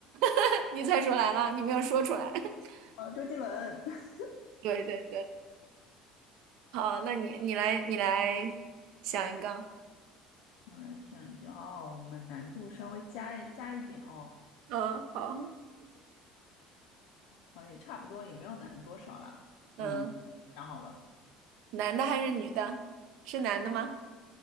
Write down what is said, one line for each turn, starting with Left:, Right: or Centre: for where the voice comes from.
Right: <laughs> 你猜出来了，你没有说出来。<laughs>
Left: 啊，周杰伦。<laughs>
Right: 对对对，好，那你你来你来想一个，
Left: 我来想一个哦，我们难度稍微加一加一点哦。
Right: 嗯，好，
Left: 哦，也差不多，也没有难多少了。
Right: 嗯，
Left: 嗯，想好了，
Right: 男的还是女的？是男的吗？